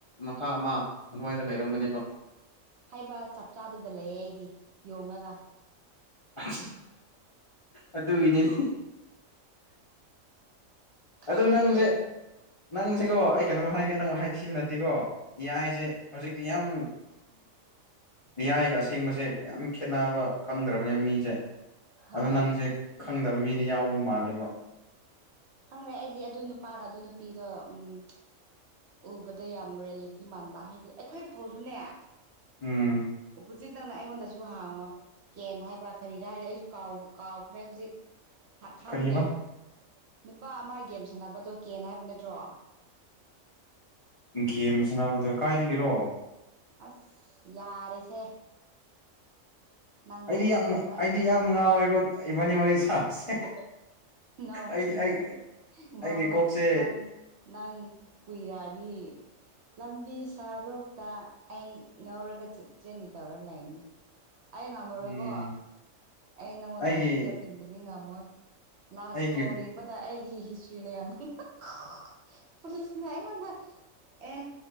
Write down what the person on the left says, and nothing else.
ꯃꯈꯥ ꯑꯃ ꯑꯗꯨꯋꯥꯏꯗ ꯂꯩꯔꯝꯒꯅꯦꯕ
ꯑꯗꯨ ꯑꯗꯨꯏꯅꯦꯅꯦ
ꯑꯗꯨ ꯅꯪꯁꯦ ꯅꯪꯁꯤꯀꯣ ꯑꯩ ꯀꯩꯅꯣꯝ ꯍꯥꯏꯒꯦ ꯅꯪ ꯃꯈ ꯍꯥꯏꯥꯏꯊꯤꯕ ꯅꯠꯇꯦꯀꯣ ꯌꯥꯏꯁꯦ ꯍꯧꯖꯤꯛꯇꯤ ꯌꯥꯝ ꯌꯥꯌꯥꯏꯒ ꯑꯁꯦꯡꯕꯁꯦ ꯌꯥꯝ ꯈꯦꯠꯅꯕ ꯈꯪꯗ꯭ꯔꯕꯅꯦꯕ ꯃꯤꯁꯦ
ꯑꯗꯣ ꯅꯪꯁꯦ ꯈꯪꯗꯕ ꯃꯤꯗꯤ ꯌꯥꯎꯕ ꯃꯥꯜꯂꯦꯕ
ꯎꯝ
ꯀꯔꯤꯕ
ꯒꯦꯝ ꯁꯅꯕꯗꯣ ꯀꯥꯏꯗꯒꯤꯔꯣ
ꯑꯩꯗꯤ
ꯌꯥꯝ
ꯑꯩꯗꯤ
ꯌꯥꯝ ꯉꯥꯎꯋꯦꯀꯣ ꯏꯕꯥꯅꯤ ꯋꯥꯔꯤ ꯁꯥꯕꯁꯦ
ꯑꯩ ꯑꯩ
ꯑꯩꯒꯤ ꯀꯣꯛꯁꯦ
ꯎꯝ
ꯑꯩꯒꯤ
ꯑꯩꯒꯤ